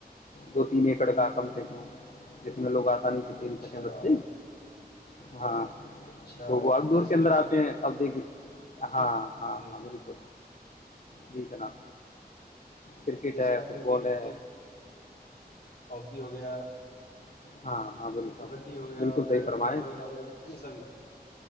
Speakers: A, on the left; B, on the left.
A: دو تین ایکڑ کا کم سے کم جس میں لوگ آتے پانی سے
B: اچھا
A: کھیل سکیں بچے ہاں
B: اچھا
A: تو وہ آؤٹ ڈور
B: جیسے
A: کے اندر
B: لوگ کرکٹ
A: آتے ہیں اب دیکھے ہاں
B: ہ
A: ہاں ہاں بالکل جی جناب کرکٹ
B: جیسے
A: ہے
B: آپ
A: فٹ
B: کرکٹ
A: بال ہے
B: کر اکے ہو گیا
A: ہاں ہاں بالکل
B: کبڈی ہو گیا
A: بالکل صحیح
B: بیڈمنٹن
A: فرمائیں
B: وغیرہ ہو گیا یہ سبھی